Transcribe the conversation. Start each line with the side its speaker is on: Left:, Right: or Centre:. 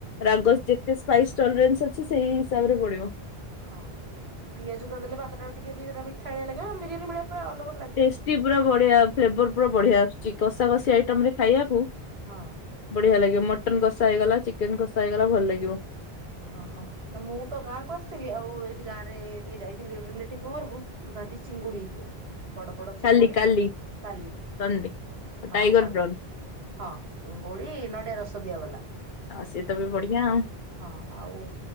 Left: ରାଗସ
Right: ହଁ
Left: ଯେତେ ସ୍ପାଇସ୍ ଟଇଲେନ୍ସ ରେ ଅଛି ସେଇ ହିସାବରେ ପଡିବ।
Right: ହଁ ପିଆଜ ଦେଲେ ଭାତ ଟା ଟିକେ ବି ସେଟା ମିଠାଳିଆ ଲାଗିବ ବିରିୟାନୀ ଭେଳିଆ ତା ଅନୁଭୃତି
Left: ଟେଷ୍ଟି ପୁରା ବଢିଆ ଫ୍ରେବର ପୁରା ବଢିଆ ଆସୁଚି କଷା କଷି ଆଇଟମରେ ଖାଇବାକୁ
Right: ହଁ
Left: ବଢିଆ ଲାଗିବ ମଟନ କଷା ହେଇଗଲା ଚିକେନ କଷା ହେଇଗଲା ଭଲ ଲାଗିବ।
Right: ଓହୋ ନା ମୁଁ ତ ଗାଁକୁ ଆସିଥିଲି ଆଉ ଏଇଠି ଗାଁରେ ଟିକେ ଯାଇଥିଲି ରିଲେଟିଭ ଘରକୁ। ବାଟି ଚିଙ୍ଗୁଡି ହେଇଥିଲା। ବଡ ବଡ ଚିଙ୍ଗୁଡି
Left: କାଲି କାଲି
Right: କାଲି
Left: ସଣ୍ଡେ
Right: ହଁ
Left: ଟାଇଗର
Right: ସଣ୍ଡେ
Left: ପ୍ରନ୍
Right: ହଁ ଚିଙ୍ଗୁଡ଼ି ନଡିଆ ରସ ଦିଆବାଲା।
Left: <unintelligible> ତମେ ବଢ଼ିଆ।
Right: ହଁ ଆଉ